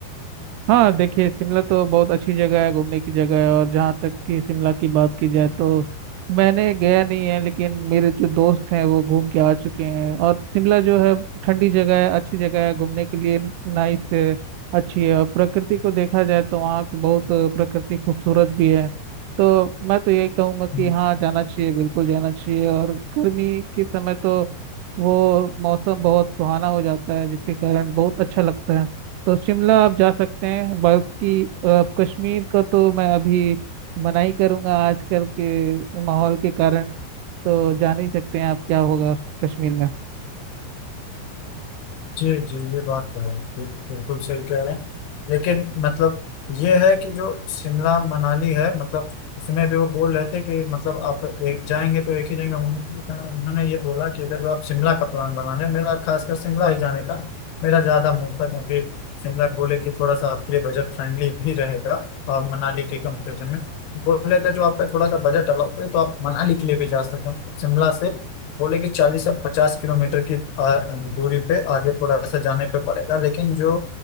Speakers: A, on the right; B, on the left.
A: हाँ देखिए शिमला तो बहुत अच्छी जगह है घूमने की जगह है और जहाँ तक कि शिमला की बात की जाए तो मैंने गया नहीं है लेकिन मेरे जो दोस्त हैं वो घूम के आ चुके हैं और शिमला जो है ठंडी जगह है अच्छी जगह है घूमने के लिए नाइस है, अच्छी है और प्रकृति को देखा जाए तो वहाँ की बहुत प्रकृति खूबसूरत भी है तो मैं तो यही कहूँगा कि
B: हम्म,
A: हाँ जाना चाहिए बिल्कुल जाना चाहिए और गर्मी के समय तो वो मौसम बहुत सुहाना हो जाता है जिसके कारण बहुत अच्छा लगता है तो शिमला आप जा सकते हैं बल्कि अ, कश्मीर का तो मैं अभी मना ही करूँगा आजकल के माहौल के कारण तो जान ही सकते हैं आप क्या होगा कश्मीर में
B: जी जी ये बात तो है ये तो बिल्कुल सही कह रहे हैं लेकिन मतलब ये है कि जो शिमला मनाली है मतलब उसमें भी वो बोल रहे थे कि मतलब आप एक जाएंगे तो एक ही जगह होंगे लेकिन उन्होंने ये बोला कि अगर जो आप शिमला का प्लान बना रहे हैं मेरा खासकर शिमला ही जाने का मेरा ज्यादा मन था क्योंकि शिमला बोले कि थोड़ा सा आपके लिए बजट फ्रेंडली भी रहेगा आ, मनाली के कंपेरिजन में बोले अगर जो आपका थोड़ा सा बजट अलग है तो आप मनाली के लिए भी जा सकते हो शिमला से बोले कि चालीस से पचास किलोमीटर की आ, दूरी पे आगे थोड़ा सा जाने पे पड़ेगा लेकिन जो